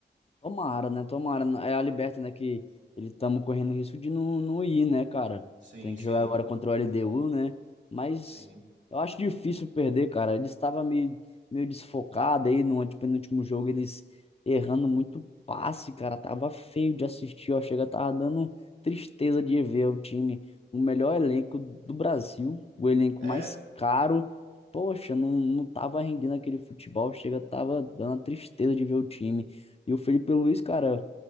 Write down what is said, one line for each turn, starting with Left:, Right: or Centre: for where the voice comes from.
Left: Tomara, né? Tomara. É a Liberta, né? Que ele estamos correndo risco de não, não ir, né, cara?
Right: Sim,
Left: Tem que
Right: sim,
Left: jogar agora contra o LDU, né? Mas
Right: sim.
Left: eu acho difícil perder, cara. Ele estava meio, meio desfocado aí no antepenúltimo jogo, eles errando muito passe, cara. Tava feio de assistir, ó. Chega, tava dando tristeza de ver o time, o melhor elenco do Brasil, o elenco
Right: É,
Left: mais caro. Poxa, não, não tava rendendo aquele futebol, chega, tava dando a tristeza de ver o time. E o Felipe Luiz, cara,